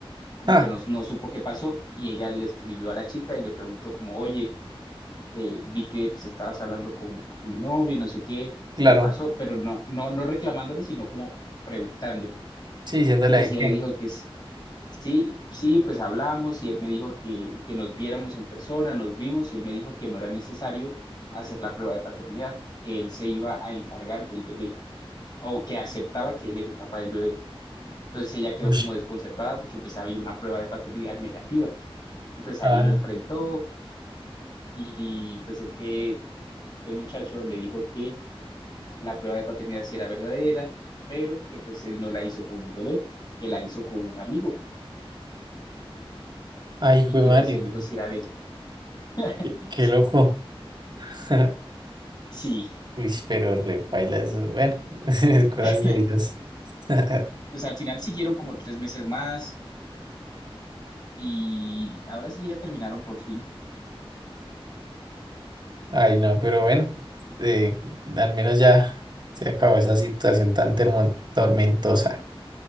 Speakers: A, on the left; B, on the right.
A: como
B: Ah,
A: que no, no supo qué pasó y ella le escribió a la chica y le preguntó como, oye, eh, vi que pues estabas hablando con, con mi novio, y no sé qué,
B: claro.
A: qué pasó, pero no, no, no reclamándole, sino como preguntándole.
B: Sí, diciéndole
A: Y pues
B: ahí
A: ella
B: que.
A: le dijo que, Sí, sí, pues hablamos y él me dijo que, que nos viéramos en persona, nos vimos y él me dijo que no era necesario hacer la prueba de paternidad, que él se iba a encargar del bebé o que aceptaba que él era el papá del bebé. Entonces ella quedó
B: Ush,
A: como desconcertada porque pues había una prueba de paternidad negativa y pues ahí
B: Ah,
A: lo enfrentó y pues este, este muchacho le dijo que la prueba de paternidad sí era verdadera, pero que pues él no la hizo con el bebé, que la hizo con un amigo
B: ay,
A: y
B: jue
A: que
B: madre.
A: pues el hijo sí era de él. <laughs>
B: Qué qué loco. <laughs>
A: Sí.
B: Uy, pero repaila eso. Bueno, <laughs> cosas
A: <laughs>
B: de Dios. <laughs>
A: Pues al final siguieron como tres meses más y ahora sí ya terminaron por fin.
B: Ay, no, pero bueno. eh, al menos ya se acabó esa situación tan termo- tormentosa.